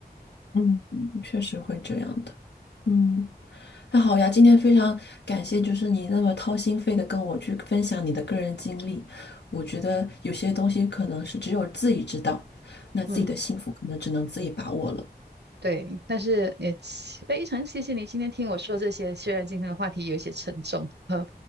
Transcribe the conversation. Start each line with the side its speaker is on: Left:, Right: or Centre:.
Left: 嗯，嗯确实会这样的。嗯，那好呀，今天非常感谢，就是你那么掏心肺的跟我去分享你的个人经历，我觉得有些东西可能是只有自己知道，那自己的幸福可能只能自己把握了。
Right: 嗯。对，但是也期非常谢谢你今天听我说这些。虽然今天的话题有一些沉重，呃，